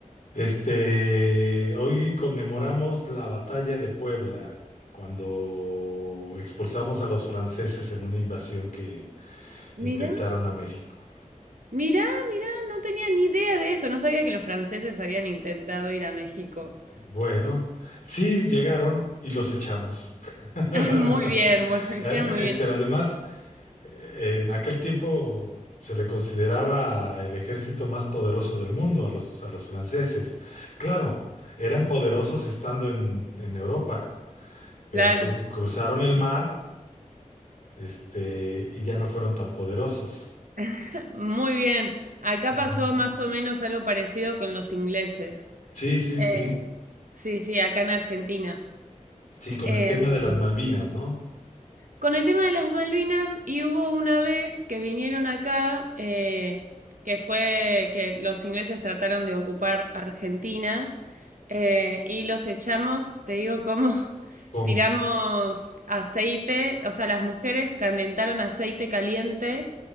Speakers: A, on the left (about 80°); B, on the right (about 80°).
A: Este, hoy conmemoramos la batalla de Puebla, cuando expulsamos a los franceses en una invasión que
B: Mira,
A: intentaron a México.
B: mira, mira, no tenía ni idea de eso, no sabía que los franceses habían intentado ir a México. <laughs>
A: Bueno, sí llegaron y los echamos. <laughs>
B: Ah, muy bien, bueno, <laughs> hicieron
A: El- eh,
B: muy bien.
A: Pero además... Eh, En aquel tiempo se le consideraba el ejército más poderoso del mundo a los, a los franceses. Claro, eran poderosos estando en, en Europa, pero
B: Claro,
A: cru- cruzaron el mar, este, y ya no fueron tan poderosos.
B: <laughs> muy bien. Acá
A: Ujú.
B: pasó más o menos algo parecido con los ingleses.
A: Sí, sí,
B: Eh,
A: sí.
B: sí, sí, acá en Argentina.
A: Sí, con
B: Em,
A: el tema de las Malvinas, ¿no?
B: Con el tema de las Malvinas, y hubo una vez que vinieron acá, eh, que fue que los ingleses trataron de ocupar Argentina, eh, y los echamos, te digo, cómo <laughs>
A: ¿Cómo?
B: tiramos aceite, o sea, las mujeres calentaron aceite caliente